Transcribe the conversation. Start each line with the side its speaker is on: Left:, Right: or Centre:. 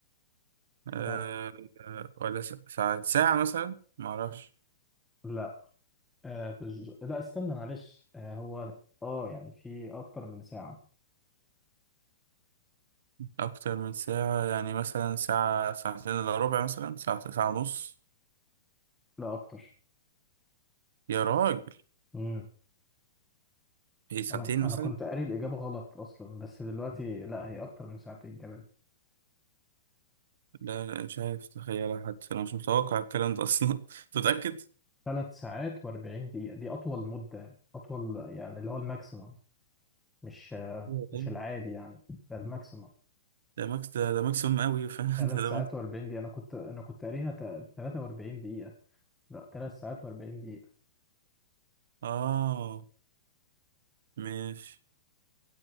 Right: آه،
Centre: آه
Right: آه، ولا س- ساعات ساعة مثلا ما اعرفش
Centre: لا آه بز... لا استنى معلش آه هو اه يعني في اكتر من ساعة
Right: اكتر من ساعة يعني مثلا ساعة ساعتين الا ربع مثلا ساعة ساعة ونص
Centre: لا اكتر
Right: يا راجل
Centre: امم
Right: ايه ساعتين
Centre: انا انا
Right: مثلا
Centre: كنت قاري الاجابة غلط اصلا بس دلوقتي لا هي اكتر من ساعتين كمان
Right: لا لا مش عارف تخيلها حتى انا مش متوقع الكلام ده اصلا <laughs> انت متأكد
Centre: ثلاث ساعات و40 دقيقة دي اطول مدة اطول يعني اللي هو الماكسيمم مش آه
Right: أيوة.
Centre: مش العادي يعني ده الماكسيمم
Right: ده ماكس ده ده ماكسيموم قوي <laughs> فاهم
Centre: ثلاث
Right: ده ده
Centre: ساعات
Right: ماكس.
Centre: و40 دقيقة أنا كنت أنا كنت قاريها تا- 43 دقيقة لا ثلاث ساعات و40 دقيقة
Right: اه ماشي